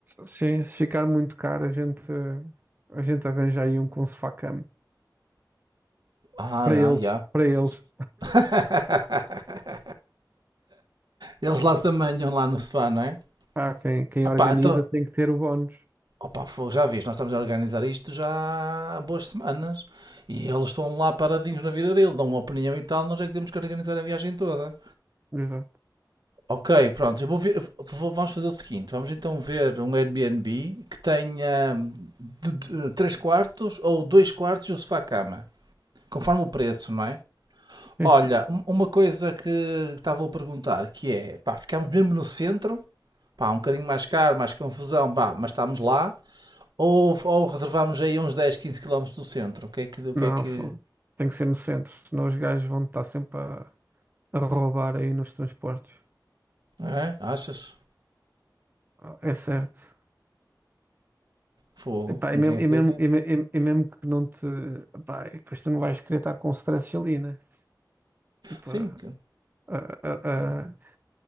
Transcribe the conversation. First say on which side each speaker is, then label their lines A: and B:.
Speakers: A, on the right; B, on the right.
A: Sim, se ficar muito caro, a gente, a gente arranja aí um com sofá-cama
B: Ah,
A: para eles,
B: ah, já.
A: para eles.
B: <laughs> Eles lá se amanham lá no sofá, não é?
A: Pá, quem, quem
B: Ah pá,
A: organiza
B: então...
A: tem que ter o bónus.
B: Opa, fogo, já vês, nós estamos a organizar isto já há boas semanas. E eles estão lá paradinhos na vida dele, dão uma opinião e tal, nós é que temos que organizar a viagem toda.
A: Exato.
B: Ok, pronto, eu vou ver- eu vou- vamos fazer o seguinte, vamos então ver um Airbnb que tenha hum, de- de- três quartos ou dois quartos e um sofá-cama. Conforme o preço, não é?
A: É.
B: Olha, um- uma coisa que estava a perguntar, que é, pá, ficámos mesmo no centro, pá, um bocadinho mais caro, mais confusão, pá, mas estamos lá, ou, ou reservámos aí uns 10, 15 quilómetros do centro, o que é que, o
A: Não,
B: que é que,
A: fogo. Tem que ser no centro, senão os gajos vão estar sempre a, a roubar aí nos transportes.
B: é? Achas?
A: Ah, É certo.
B: Fogo,
A: Epá,
B: não
A: é mesmo,
B: tinha
A: é
B: essa
A: mesmo,
B: ideia.
A: é me- é- é mesmo que não te. Epá, e depois tu não vais querer estar com stress ali, né? Tipo,
B: Sim,
A: a,
B: que-
A: a, a,